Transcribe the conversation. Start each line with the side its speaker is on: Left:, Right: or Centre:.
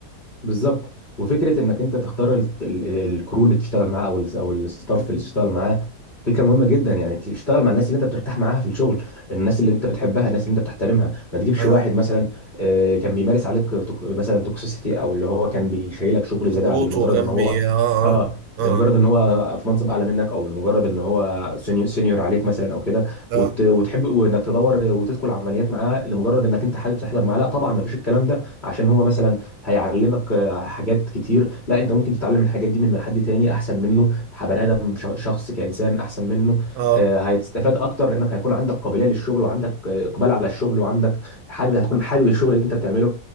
Left: بالظبط وفكره انك انت تختار ال- ال- ال- الكرو اللي تشتغل معاه او ال- او الستاف
Right: مم.
Left: اللي تشتغل معاه فكره مهمه جدا يعني تشتغل مع الناس اللي انت بترتاح معاها في الشغل الناس اللي انت بتحبها الناس اللي انت بتحترمها ما تجيبش
Right: اه
Left: واحد مثلا آه، كان بيمارس عليك توك- مثلا توكسيسيتي او اللي هو كان بيشيلك شغل زياده
Right: ضغوط
Left: لمجرد
Right: وجنبي
Left: ان هو
Right: اه
Left: اه
Right: اه
Left: لمجرد ان هو في منصب اعلى منك او لمجرد ان هو سينيور سينيور عليك مثلا او كده
Right: اه
Left: وت-
Right: اه,
Left: وتحب وانك تدور وتدخل عمليات معاه لمجرد انك انت حابب تحضر معاه لا طبعا ما فيش الكلام ده عشان هو مثلا هيعلمك آه، حاجات كتير لا انت ممكن تتعلم الحاجات دي من حد تاني احسن منه بني ادم ش- شخص كانسان احسن منه
Right: آه.
Left: آه، هتستفاد اكتر لانك هيكون عندك قابليه للشغل وعندك آه، اقبال على الشغل وعندك حابب هتكون حابب الشغل اللي انت بتعمله